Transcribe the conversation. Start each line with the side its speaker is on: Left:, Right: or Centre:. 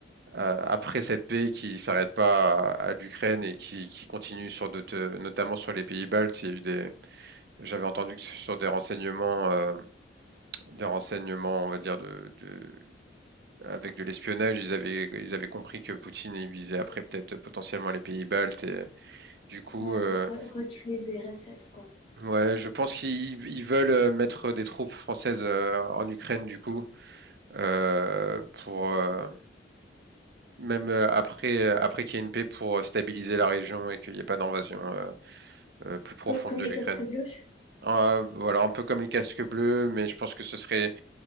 Right: euh, après cette paix, qu'il s'arrête pas à, à l'Ukraine et qu'il qu'il continue sur d'autres, euh, notamment sur les pays baltes. Il y a eu des, j'avais entendu que sur des renseignements, euh, des renseignements, on va dire de, de avec de l'espionnage, ils avaient, ils avaient compris que Poutine il visait après peut-être potentiellement les pays baltes et du coup,
Left: Ouais,
Right: euh,
Left: donc re- recréer l'URSS, quoi.
Right: Ouais, je pense qu'ils ils veulent euh, mettre des troupes françaises euh, en Ukraine du coup euh, pour euh, même euh, après euh, après qu'il y ait une paix pour euh, stabiliser la région et qu'il n'y ait pas d'invasion euh, euh, plus profonde
Left: Co- comme
Right: de
Left: les
Right: l'Ukraine.
Left: casques bleus?
Right: Euh, voilà, un peu comme les casques bleus, mais je pense que ce serait